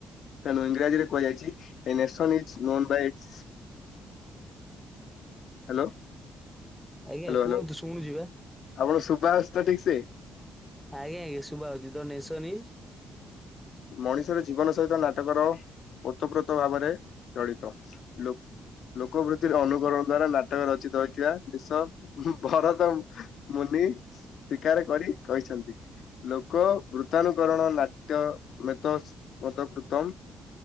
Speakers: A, on the left; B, in the centre.
A: ତେଣୁ ଇଂରାଜୀରେ କୁହାଯାଇଛି। A nation is known by its hello ହ୍ୟାଲୋ
B: ଆଜ୍ଞା
A: ହ୍ୟାଲୋ
B: କୁହନ୍ତୁ ଶୁଣୁଛି ବା
A: ଆପଣ ସୁବା ହୋଉଛି ତ ଠିକ ସେ?
B: ଆଜ୍ଞା ଆଜ୍ଞା ଶୁଭା ହଉଛି ଦ ନେସନି ଇଜ
A: ମଣିଷର ଜୀବନ ସହିତ ନାଟକର ଓତପ୍ରୋତ ଭାବରେ ଜଳିତ ଲ ଲୋକୃ ଅନୁକରଣ ଦ୍ଵାରା ନାଟକ ରଚିତ ହୋଇଥିବା ଦେଶ ଭରତ ମୁନି ସ୍ୱୀକାର କରି କହିଛନ୍ତି। ଲୋକ ବୃତାନୁକରଣ ନାଟ୍ୟ ମ କୃତମ